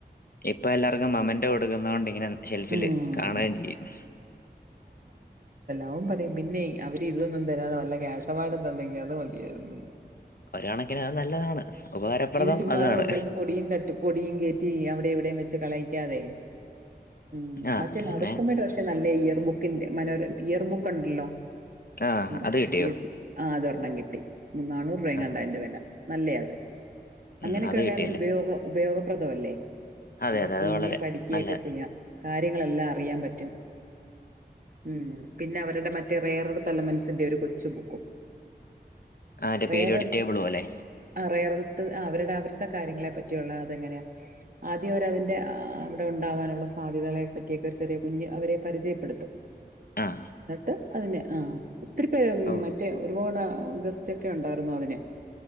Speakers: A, on the left; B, on the right.
A: ഇപ്പ എല്ലാർക്കും മമന്റൊ കൊടുക്കുന്നോണ്ട് ഇങ്ങനെ ഷെൽഫില്
B: ഉം
A: കാണ്എയും ചെയ്യും
B: അഉം പറയും പിന്നെ അവര് ഇതൊന്നും തരാതെ വല്ല കേശ അവാഡ് തന്നങ്കി അത് മതിയായിരുന്നു.
A: ഒരാണക്കിനാ നല്ലതാണ് ഉപകാരപ്രദം
B: ഇത് ചുമ്മാതെ
A: അതാണ്
B: കൊണ്ടുവന്ന് പൊടിയും തട്ടി പൊടിയും കേറ്റി അവ എവിടെയും വെച്ച് കളയിക്കാതെ ഉം
A: ആഹ്
B: മറ്റേ
A: അത്
B: മാതൃഭൂമീടെ
A: തന്നെ
B: പക്ഷെ നല്ല ഇയർ ബുക്കിന്റെ മനോര ഇയർബുക്കുണ്ടല്ലോ
A: ആഹ്
B: നമ്മടെ
A: അത് കിട്ടിയോ
B: പി എസ് സി ആ അത രെണ്ണം കിട്ടി മൂ നാണൂറ് രൂപേങ്ങാണ്ടാ
A: ആഹ്
B: അയിന്റെ വെല നല്ലയാ അത് അങ്ങനെയൊക്കെ
A: ഉം അത്
B: ഉള്ളയാന്നേ
A: കിട്ടിയല്ലേ
B: ഉപയോഗം ഉപയോഗം പ്രദ അല്ലേ
A: അതെ
B: അവർക്
A: അതെ അത്
B: പിന്നേം
A: വളരെ
B: പഠിക്ക്യേക്ക
A: നല്ല
B: ചെയ്യാം കാര്യങ്ങളെല്ലാം അറിയാൻ പറ്റും ഉം പിന്നെ അവരുടെ മറ്റേ റേറൊരുത്തലമൻസിൻ്റെ ഒരു കൊച്ചു ബുക്കും
A: ആഹ് മറ്റേ
B: വേറൽ
A: പീരിയോഡിക് ടേബിൾ പോലെ
B: ആ റേറൽ ത് ആ അവര്ടെ അവര്ടെ കാര്യങ്ങളെ പറ്റിയൊള്ള അതെങ്ങനെയാ ആദ്യം അവരതിന്റെ അവിടെ ഉണ്ടാവാനുള്ള സാധ്യതകളെ പറ്റിയൊക്കെ ഒരു ചെറിയ കുഞ്ഞ് അവരെ പരിചയപ്പെടുത്തും
A: ആഹ്
B: ന്നട്ട് അതിനെ ആ ഒത്തിരി പേർ
A: ഓ
B: മറ്റേ ഒരുപാട് ആ ഗസ്റ്റൊക്കെ ഒണ്ടായിറുന്നു അതിന്